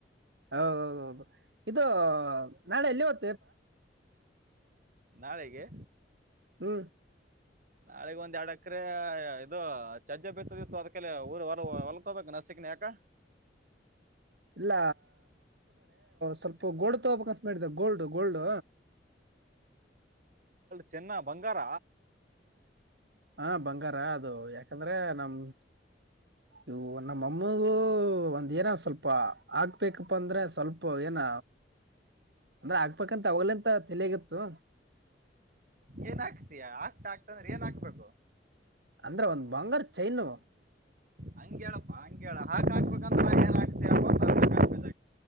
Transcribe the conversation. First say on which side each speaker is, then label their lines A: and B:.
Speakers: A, on the right; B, on the right.
A: ಹದು ಇದು ನಾಳೆ ಎಲ್ಲಿ <inaudible>
B: ನಾಳೆಗೆ
A: ಬ
B: ನಾಳಗ್ ಒಂದ್ ಎರಡ್ ಅಕರೆ ಇದು ಚಜ್ಜೆ ಬಿತ್ತದಿತ್ತು ಅದ್ಕಲ್ಲ ಊರು ಹೊರ ಹೊಲ್ಕೋಬೇಕು ನಸಕನ ಯಾಕ
A: ಇಲ್ಲ ಸ್ವಲ್ಪ ಗೋಡ್ ತಬೇಕ ಮಾಡಿದೆ ಗೋಲ್ಡ್ ಗೋಲ್ಡ್
B: ಚೆನ್ನ ಬಂಗಾರ
A: ಹಾ ಬಂಗಾರ ಅದು ಯಾಕಂದ್ರೆ ನಮ ಇವು ನಮ್ಮಮ್ಮಗೂ ಒಂದ್ ಏನ ಸ್ವಲ್ಪ ಹಾಕ್ಬೇಕಪ್ಪ ಅಂದ್ರೆ ಸ್ವಲ್ಪ ಅಪ್ಪ ಏನ ಅಂದ್ರೆ ಆಕ್ಬೇಕಂತ ಅವಲಂತ ತಲಿಯಗತ್ತು
B: ಏನ ಆಕ್ತೀಯಾ ಆಗ್ತಾ ಆಗ್ತ ಅಂದ್ರೆ ಏನ್ ಹಾಕ್ಬೇಕು
A: ಅಂದ್ರೆ ಒಂದ್ ಬಂಗಾರ ಚೈನು
B: ಹಂಗ ಹೇಳಪ್ಪಾ ಹಂಗ ಹೇಳ ಹಾಕ ಹಾಕ್ಬೇಕಂದ್ರ ನ ಏನ್ ಆಗ್ತ